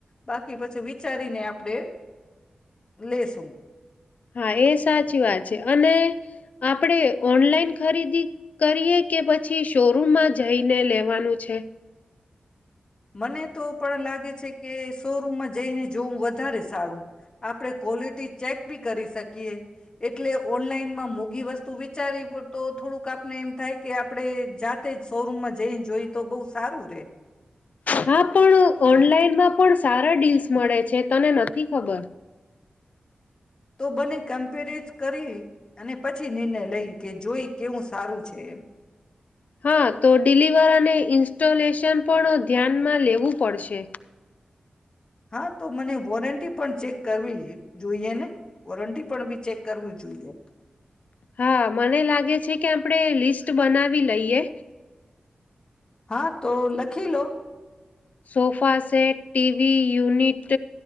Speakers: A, on the left; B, on the left.
A: બાકી પછી વિચારીને આપડે લેસું.
B: હા એ સાચી વાત છે અને. આપણે ઓનલાઈન ખરીદી કરીએ કે પછી શોરૂમમાં જઈને લેવાનું છે.
A: મને તો પણ લાગે છે કે શોરૂમમાં જઈને જોવું વધારે સારું આપડ ક્વોલિટી ચેક. બી કરી શકીએ એટલે ઓનલાઈનમાં મોઘી વસ્તુ વિચારી તો થોડુંક આપને એમ થાય કે આપણે જાતે જ શોરૂમમાં જઈને જોઈ તો બહુ સારું રે.
B: હા પણ ઓનલાઈનમાં પણ સારા ડીલ્સ મળે છે તને નથી ખબર.
A: તો બને કમ્પેરાઝ. કરીરે. અને પછી નિર્ણય લઈ. કે જોઈ કેવું સારું છે એ.
B: હા તો ડિલિવર અને ઇન્સ્ટોલેશન પણ ધ્યાનમાં લેવું પડશે.
A: હા તો મને વોરંટી. પણ ચેક કરવી જોઈએ ને વોરંટી પણ બી ચેક કરવી જોઈએ.
B: હા મને લાગે છે કે આપણે લિસ્ટ બનાવી લઈએ.
A: હા તો લખી લો.
B: Sofa set TV unit